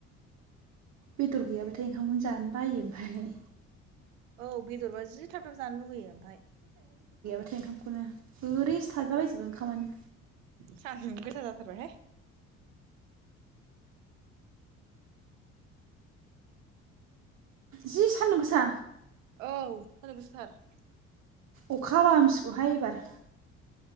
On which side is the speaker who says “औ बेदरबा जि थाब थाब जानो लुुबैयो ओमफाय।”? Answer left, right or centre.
Right